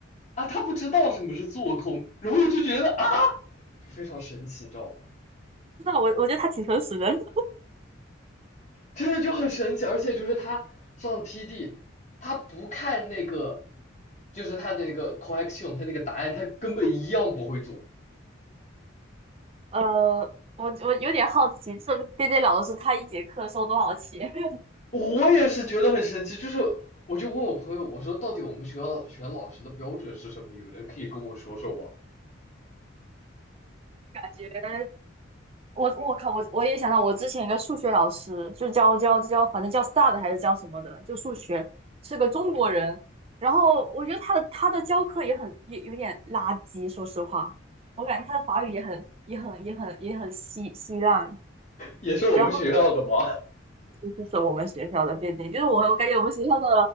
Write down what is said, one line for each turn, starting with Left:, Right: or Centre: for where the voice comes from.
Left: 啊，他不知道什么是做空，然后我就觉得啊，就非常神奇，你知道吧？
Right: 不知道，我我觉得他挺诚实的。<laughs>
Left: 真的就很神奇，而且就是他上 TD，他不看那个，就是他的那个 c o l l e c t i o n 他那个答案，他根本一样不会做。
Right: 呃，我我有点好奇，这个 DJ 老师他一节课收多少钱？<laughs>
Left: 我也是觉得很神奇，就是我就问我朋友，我说到底我们学校选老师的标准是什么？有人可以跟我说说吗？
Right: 感觉我我靠，我我也想到我之前一个数学老师，就教教教，反正叫 star 的还是叫什么的，就数学，是个中国人。然后我觉得他的他的教课也很也有点垃圾，说实话，我感觉他的法语也很也很也很也很稀稀烂。
Left: 也是我们学校的吗？
Right: 然后。这就是我们学校的奠定，就是我我感觉我们学校的